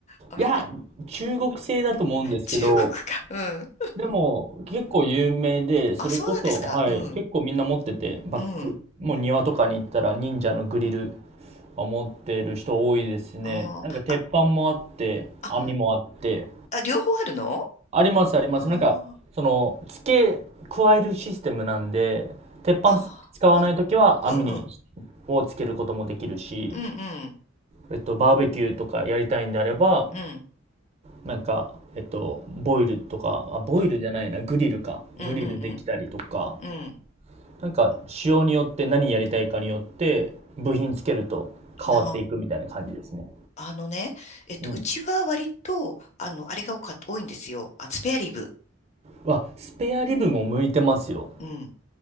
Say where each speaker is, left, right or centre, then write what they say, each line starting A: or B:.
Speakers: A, on the left (about 35°); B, on the right (about 30°).
A: アメリカ
B: や、中国製だと思うんですけど、
A: 中国か。うん。
B: でも、結構有名で、
A: あ、
B: それこそ、
A: そうなんですか。
B: はい、
A: うん。
B: 結構みんな持ってて、バック、
A: うん。
B: もう庭とかに行ったら忍者のグリルは持ってる人多いですね。
A: あーあ、
B: なんか鉄板もあって、
A: あ、
B: 網もあって、
A: あ、両方あるの
B: ありますあります。
A: あ
B: なんか、その、付け加えるシステムなんで、鉄板使わないときは網に、
A: あ、あー、うん。うんうん。
B: をつけることもできるし、
A: うんうん。
B: えっと、バーベキューとかやりたいんであれば、
A: う
B: なんか、えっと、ボイルとか、あ、ボイルじゃないな、
A: ん。
B: グリルか。
A: うんうん
B: グリルできたりとか、
A: うん。
B: なんか仕様によって何やりたいかによって部品つけると変わっていくみたいな感じですね。
A: うん。なあ。あのね、えっと、
B: うん。
A: うちは割と、あの、あれが多かった、多いんですよ。あ、スペアリブ。
B: わ、スペアリブも向いてますよ。
A: うん。